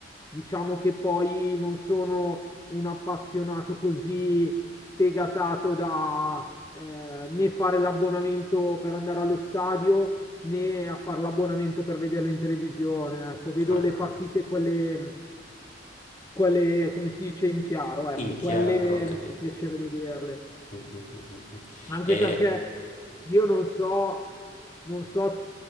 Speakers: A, on the left; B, on the left.
A: Diciamo che poi non sono un appassionato così sfegatato da eh, né fare l'abbonamento per andare allo stadio né a fare l'abbonamento per vederlo in televisione. Ecco, vedo
B: Ah,
A: le partite,
B: ok.
A: quelle, quelle, come si dice, in chiaro, ecco,
B: In chiaro,
A: quelle
B: ho capito.
A: mi fa piacere vederle.
B: Mm, mm, mm, mm, mm.
A: Anche
B: E
A: perché io non so, non so